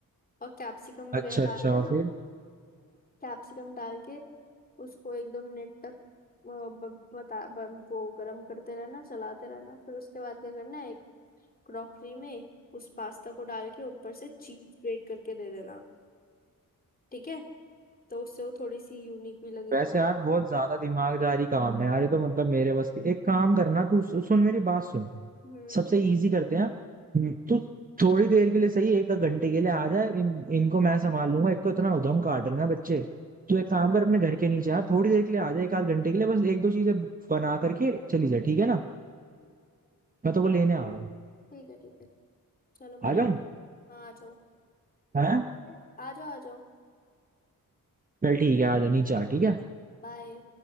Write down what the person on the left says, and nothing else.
और कैप्सिकम
वगैरह
डाल देना
कैप्सिकम डाल के उसको एक दो मिनट तक अ, ब- बता ब, वो गरम करते रहना चलाते रहना फिर उसके बाद क्या करना है एक क्रॉकरी में उस पास्ता को डाल के ऊपर से चीज स्प्रेड करके दे देना ठीक है तो उससे वो थोड़ी सी यूनिक भी लगेगी
हम्म
ठीक है ठीक है चलो मैं रेडी
हाँ आ जाओ
आ जाओ आ जाओ ठीक
बाय